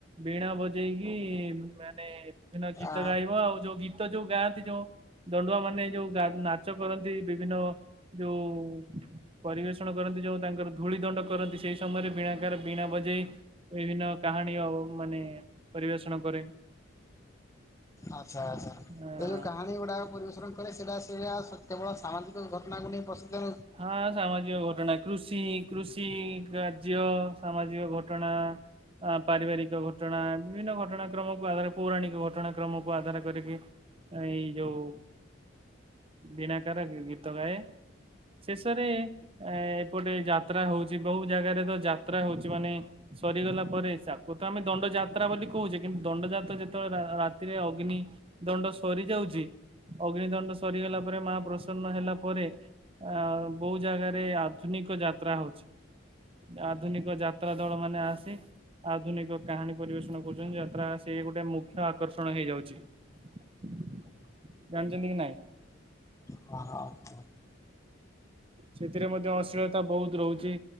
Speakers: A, on the right (about 30°); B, on the left (about 15°).
A: ବିଣା ବଜେଇ ଯାଇକି ମାନେ ବିଭିନ୍ନ ଗୀତ
B: ଆ
A: ଗାଇବ ଆଉ ଯୋଉ ଗୀତ ଯୋଉ ଗାଆନ୍ତି ଯୋଉ ଦଣ୍ଡୁଆ ମାନେ ଯୋଉ ନାଚ କରନ୍ତି ବିଭିନ୍ନ ଯୋଉ ପରିବେଷଣ କରନ୍ତି ଯୋଉ ତାଙ୍କର ଧୂଳି ଦଣ୍ଡ କରନ୍ତି ସେଇ ସମୟରେ ବିଣାକାର ବିଣା ବଜେଇ ବିଭିନ୍ନ କାହାଣୀ ମାନେ ପରିବେଷଣ କରେ <inaudible>
B: ଆଚ୍ଛା ଆଚ୍ଛା
A: ଆ
B: ଏ ଯୋଉ କାହାଣୀ ଗୁଡ଼ାକ ପରିବେଶଷଣ କରେ ସେଇଟା ସେଇଟା କେବଳ ସାମାଜିକ ଘଟଣାକୁ ନେଇ ପ୍ରସ୍ତୁତ
A: ହଁ ସାମାଜିକ ଘଟଣା କୃଷି କୃଷି କାର୍ଯ୍ୟ ସାମାଜିକ ଘଟଣା। ଆ ପାରିବାରିକ ଘଟଣା ବିଭିନ୍ନ ଘଟଣା କ୍ରମକୁ ଆଧାର ପୌରାଣିକ ଘଟଣା କ୍ରମକୁ ଆଧାର କରିକି ଏଇ ଯୋଉ ବିଣାକାର ଗୀତ ଗାଏ। ଶେଷରେ ଏ ଏପଟେ ଯାତ୍ରା ହଉଚି କୋଉ ଜାଗାରେତ ଯାତ୍ରା ହଉଚି ମାନେ ସରିଗଲା ପରେ ଚାକୁତ ଆମେ ଦଣ୍ଡ ଯାତ୍ରା ବୋଲି କହୁଚେ କିନ୍ତୁ ଦଣ୍ଡଯାତ୍ରା ଯେତେବେଳେ ରାତିରେ ଅଗ୍ନି ଦଣ୍ଡ ସରିଯାଉଚି ଅଗ୍ନି ଦଣ୍ଡ ସରିଗଲା ପରେ ମା ପ୍ରସନ୍ନ ହେଲା ପରେ ଆ କୋଉ ଜାଗାରେ ଆଧୁନିକ ଯାତ୍ରା ହଉଚି। ଆଧୁନିକ ଯାତ୍ରା ଦଳ ମାନେ ଆସି ଆଧୁନିକ କାହାଣୀ ପରିବେଷଣ କରୁଚନ୍ତି ଯାତା ସେଗୋଟେ ମୁଖ୍ୟ ଆକର୍ଷଣ ହେଇଯାଉଚି। ଜାଣିଚନ୍ତିକି ନାଇଁ?
B: ହଁ ହଁ।
A: ସେଥିରେ ମଧ୍ୟ ଅଶୀଳତା ବହୁତ୍ ରହୁଚି।